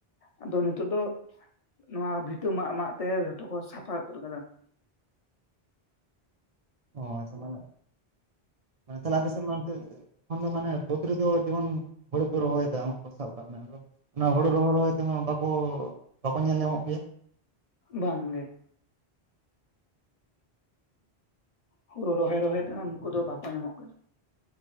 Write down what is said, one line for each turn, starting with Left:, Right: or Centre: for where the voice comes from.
Left: ᱟᱫᱚ ᱱᱤᱛᱚᱜ ᱫᱚ ᱱᱚᱣᱟ ᱵᱷᱤᱛᱟ ᱢᱟᱜᱼᱢᱟᱜ ᱛᱮ ᱡᱚᱛᱚ ᱠᱚ ᱥᱟᱯᱷᱟ ᱩᱛᱟᱹᱨ ᱠᱟᱫᱟ ᱾
Right: ᱚ ᱟᱪᱪᱷᱟ ᱢᱟᱱᱮ ᱢᱟᱱᱮ ᱛᱟᱦᱚᱞᱮ ᱟᱯᱮ ᱥᱮᱫ ᱢᱟ ᱱᱤᱛᱳᱜ ᱮᱠᱷᱚᱱ ᱫᱚ ᱢᱟᱱᱮ ᱵᱟᱹᱫᱽ ᱨᱮᱫᱚ ᱡᱮᱢᱚᱱ ᱦᱳᱲᱩ ᱠᱚ ᱨᱚᱦᱚᱭᱮᱫᱟ ᱩᱱᱠᱩ ᱥᱟᱵ ᱠᱟᱜ ᱢᱮ ᱟᱫᱚ ᱚᱱᱟ ᱦᱩᱲᱩ ᱨᱚᱦᱚᱭ ᱨᱚᱦᱚᱭ ᱛᱮᱢᱟ ᱵᱟᱠᱚ, ᱵᱟᱠᱚ ᱧᱮᱞ ᱧᱟᱢᱚᱜ ᱜᱮᱭᱟ?
Left: ᱵᱟᱝ ᱜᱮ ᱾ ᱦᱩᱲᱩ ᱨᱚᱦᱚᱭ ᱨᱚᱦᱚᱭ ᱛᱮᱦᱚᱸ ᱩᱱᱠᱩ ᱫᱚ ᱵᱟᱠᱚ ᱧᱮᱞ ᱧᱟᱢᱚᱜ ᱠᱟᱱᱟ ᱾